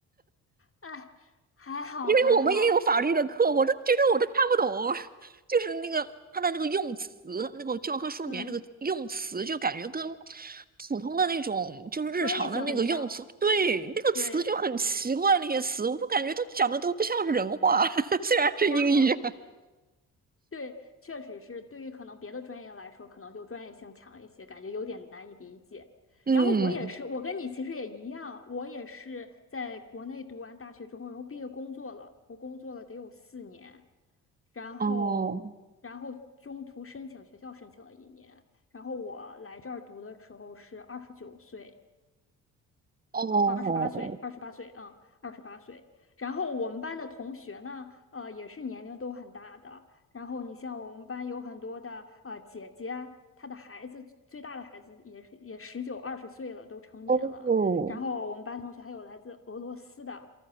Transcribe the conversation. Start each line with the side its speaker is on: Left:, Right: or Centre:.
Left: 哎，还好还好，
Right: 因为我们也有法律的课，我都觉得我都看不懂，<laughs> 就是那个它的那个用词，那个教科书里面那个用词，
Left: 嗯，
Right: 就感觉跟普通的那种就是日常的那个用词，
Left: 专业性很强，
Right: 对，那个词就很奇怪，
Left: 对，
Right: 那些词，我就感觉它讲的都不像是人话，<laughs> 虽然是英语。
Left: 然后对，确实是对于可能别的专业来说，可能就专业性强一些，感觉有点难以理解。
Right: 嗯，
Left: 然后我也是，我跟你其实也一样，我也是在国内读完大学之后，然后毕业工作了，我工作了得有四年。然后，
Right: 哦，
Left: 然后中途申请学校申请了一年，然后我来这儿读的时候是二十九岁，
Right: 哦，
Left: 嗯，二十八岁，二十八岁，嗯，二十八岁。然后我们班的同学呢，呃，也是年龄都很大的。然后你像我们班有很多的呃姐姐，她的孩子最大的孩子也是也十九二十岁了，都成年了。
Right: 哦，
Left: 然后我们班同学还有来自俄罗斯的，